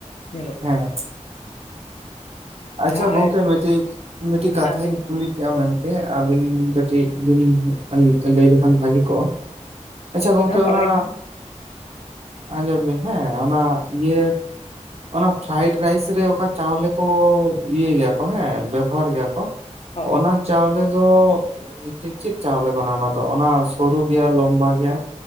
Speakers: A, on the left; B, on the right.
A: ᱧᱮᱞᱚᱜᱼᱟ᱾
B: ᱦᱮᱸ, ᱟᱪᱪᱷᱟ
A: ᱡᱟᱦᱟᱸ
B: ᱜᱚᱝᱠᱮ
A: ᱟᱭᱟᱛ
B: ᱢᱤᱫᱽᱴᱤᱡ ᱢᱤᱫᱽᱴᱤᱡ ᱠᱟᱛᱷᱟᱧ
A: ᱦᱮᱸ ᱞᱟᱹᱭ ᱵᱤᱱ
B: ᱠᱩᱞᱤ ᱯᱮᱭᱟ ᱢᱮᱱᱛᱮ, ᱛᱮ ᱟᱹᱵᱤᱱ ᱠᱟᱹᱴᱤᱡ ᱵᱤᱱ ᱞᱟᱹᱭ ᱞᱮᱠᱷᱟᱱ ᱵᱷᱟᱜᱮ ᱠᱚᱜᱼᱟ᱾ ᱟᱪᱪᱷᱟ ᱜᱚᱝᱠᱮ
A: ᱦᱮᱸ ᱵᱟᱲᱟᱭ
B: ᱚᱱᱟ
A: ᱠᱷᱟᱱ
B: ᱟᱸᱡᱚᱢ ᱵᱤᱱ ᱦᱮᱸ ᱚᱱᱟ ᱤᱭᱟᱹ ᱚᱱᱟ ᱯᱷᱨᱟᱭᱤᱰ ᱨᱟᱭᱤᱥ ᱨᱮ ᱚᱠᱟ ᱪᱟᱣᱞᱮ ᱠᱚ? ᱤᱭᱟᱹ ᱜᱮᱭᱟ ᱠᱚ ᱦᱮᱸ ᱵᱮᱵᱚᱦᱟᱨ ᱜᱮᱭᱟ ᱠᱚ
A: ᱦᱚᱸ
B: ᱚᱱᱟ
A: ᱦᱚᱸ
B: ᱪᱟᱣᱞᱮ ᱫᱚ ᱪᱮ ᱪᱮᱫᱽ ᱪᱟᱣᱞᱮ ᱠᱟᱱᱟ ᱚᱱᱟ ᱫᱚ ᱚᱱᱟ ᱥᱚᱨᱩ ᱜᱮᱭᱟ ᱞᱚᱢᱵᱟ ᱜᱮᱭᱟ ᱾